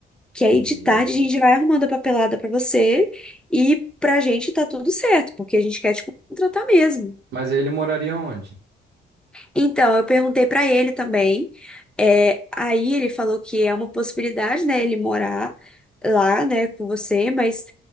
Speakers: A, in the centre; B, on the right.
A: Que aí
B: Jesus.
A: de tarde a gente vai arrumando a papelada pra você e pra gente tá tudo certo, porque a gente quer te contratar mesmo.
B: Mas aí ele moraria onde?
A: Então, eu perguntei pra ele também. é, aí ele falou que é uma possibilidade, né, ele morar lá, né, com você, mas